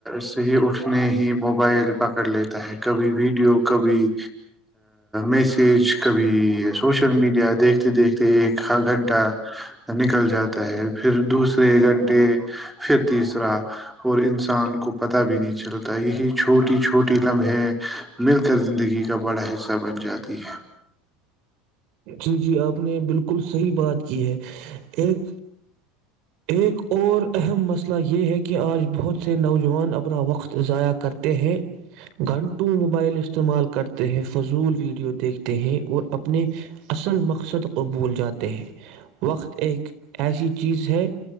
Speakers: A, in the centre; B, on the right.
A: صحیح اٹھنے ہی موبائل پکڑ لیتا ہے کبھی ویڈیو کبھی میسج کبھی سوشل میڈیا دیکھتے دیکھتے ایک گھنٹہ نکل جاتا تا ہے پھر دوسرے گھنٹے پھر تیسرا اور انسان کو پتہ بھی نہیں چلتا یہی چھوٹی چھوٹی لمحے مل کر زندگی کا بڑا حصہ بن جاتی ہے
B: جی جی آپ نے بالکل صحیح بات کی ہے ایک ایک اور اہم مسئلہ یہ ہے کہ آج بہت سے نوجوان اپنا وقت ضائع کرتے ہیں گھنٹوں موبائل استعمال کرتے ہیں فضول ویڈیو دیکھتے ہیں اور اپنے اصل مقصد کو بھول جاتے ہیں وقت ایک ایسی چیز ہے